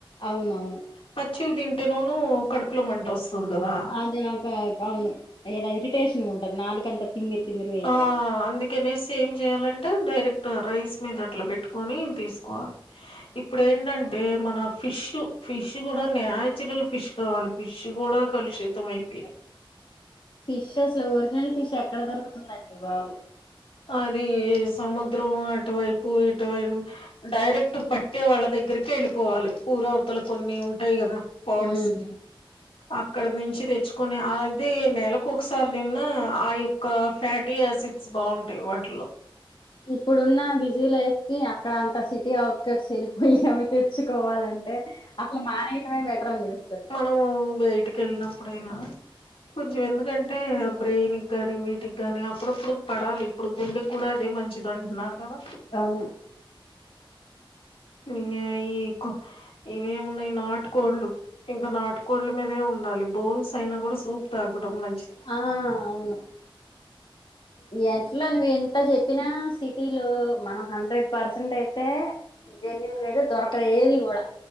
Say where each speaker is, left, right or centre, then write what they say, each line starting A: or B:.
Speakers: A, on the left; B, on the left.
A: అవునవును
B: పచ్చివి తింటేనోనూ కడుపులో మంట వస్తది గదా
A: అదే అక అక అవును ఇలా ఇరిటేషన్ గుంటది నాలుకంతా తిమ్మిరి తిమ్మిరి గైయిపోతుంది
B: ఆ అందుకనేసి ఏం జేయాలంటే డైరెక్ట్ రైస్ మీద అట్లా బెట్టుకొని తీసుకోవాలి ఇప్పుడ ఏంటంటే మన ఫిష్ ఫిష్ గూడ నచురల్ ఫిష్ కావాలి ఫిష్ గూడా కలుషిత అయిపోయినయ్
A: ఫిష్ అసలు ఒరిజినల్ ఫిష్ ఎక్కడ దొరుకుతుందండి బాబు
B: అది సముద్రం అటువైపు ఇటువైపు డైరెక్ట్ పట్టే వాళ్ల దగ్గరికేళ్ళిపోవాలి ఊరావతల కొన్ని ఉంటాయి గదా పోన్స్
A: ఉమ్
B: అక్కడ నుంచి దేచ్చుకుని అది నెలకొకసారి దిన్న ఆ యొక్క ఫ్యాటీ ఆయాసిడ్ స్ బాగుంటాయి వాటిలో
A: ఇప్పుడున్న బిజీ లైఫ్ కి అక్కడ అంత సిటీ అవుట్కట్స్ వెళ్ళిపోయి అవి తెచ్చుకోవాలంటే అసలు మానేయటమే బెటర్ అనిపిస్తది
B: నువ్వు బయటికేళ్ళినప్పుడైనా కొంచెం ఎందుకంటే ఆ బ్రెయిన్కి గానీ వీటికి గాని అప్పుడప్పుడు పడాలి ఇప్పుడు గుండెకు కూడా అదే మంచిది అంటున్నారు కదా
A: అవును
B: ఇంగ ఈ ఇవే ఉన్నాయి నాటు కోళ్లు ఇంకా నాటుకోళ్ల మీదే ఉండాలి బోన్స్ అయినా కూడా సూప్ తాగడం మంచిది
A: ఆ అవును ఎట్లో నువ్వు ఎంత చెప్పినా సిటీలో మనం హండ్రెడ్ పర్సెంట్ అయితే జెన్యున్ గా అయితే దొరకదు ఏది కూడా